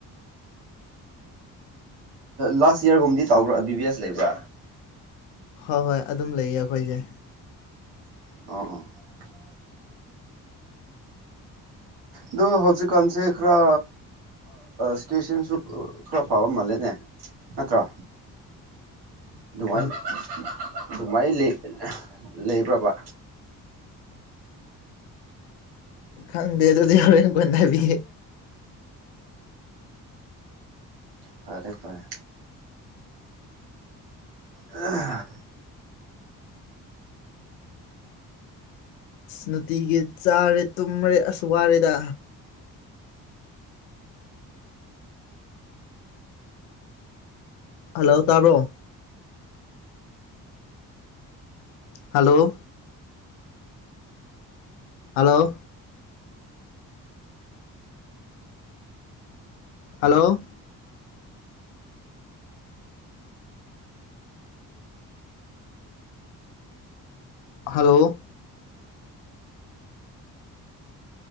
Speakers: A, on the right; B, on the left.
A: ꯂꯥꯁ ꯌꯔꯒꯨꯝꯗꯤ ꯇꯕ꯭ꯔꯥ ꯕꯤꯕꯤ ꯑꯦꯁ ꯂꯩꯕ꯭ꯔꯥ
B: ꯍꯣꯏ ꯍꯣꯏ ꯑꯗꯨꯝ ꯂꯩꯌꯦ ꯑꯩꯈꯣꯏꯁꯦ
A: ꯑ ꯑꯗꯨꯗ ꯍꯧꯖꯤꯛꯀꯥꯟꯁꯦ ꯈꯔ ꯁꯇꯨꯦꯁꯟꯁꯨ ꯈꯔ ꯐꯕ ꯃꯥꯜꯂꯦꯅꯦ ꯅꯠꯇ꯭ꯔꯣ ꯑꯗꯨꯃꯥꯏꯅ
B: ꯍꯣꯏ
A: ꯑꯗꯨꯃꯥꯏꯅ ꯂꯩꯕ꯭ꯔꯕ
B: ꯈꯪꯗꯦ ꯑꯗꯨꯗꯤ ꯍꯔ ꯀꯣꯟ ꯊꯕꯤ
A: ꯐꯔꯦ ꯐꯔꯦ ꯑ
B: ꯅꯨꯡꯇꯤꯒꯤ ꯆꯥꯔꯦ ꯇꯨꯝꯔꯦ ꯑꯁ ꯋꯥꯔꯦꯗ ꯍꯜꯂꯣ ꯇꯥꯕ꯭ꯔꯣ hello hello hello hello